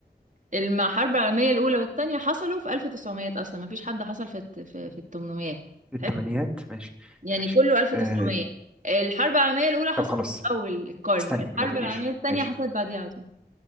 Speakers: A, on the right; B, in the centre.
A: الحرب العالمية الأولى والتانية حصلوا في 1900 أصلا ما فيش حد حصل في الت- في, في ال 800
B: في الثمانينات
A: حلو
B: ماشي
A: يعني
B: ماشي
A: كله 1900
B: آه...
A: الحرب العالمية الأولى حصلت
B: طب خلاص
A: في أول القرن
B: استني
A: الحرب
B: ما تقوليش
A: العالمية التانية
B: ماشي
A: حصلت بعديها على طول